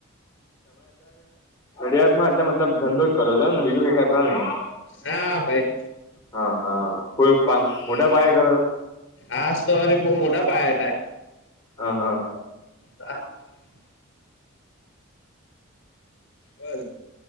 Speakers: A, on the left; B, on the left.
A: નડિયાદ માં એટલે મલબ ધંધો જ કરો ને બીજું કઈક નહી
B: હા ભાઈ
A: હા હા કોઈ પા મોટા પાયા કરો?
B: આજ તો વારે બહ મોટા પાયા થાય.
A: હ હ.
B: <inaudible> હવ